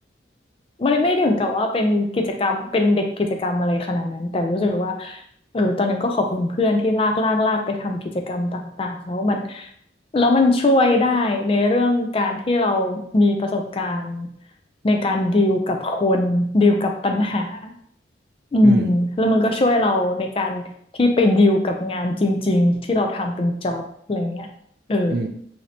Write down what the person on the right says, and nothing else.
อืมอืม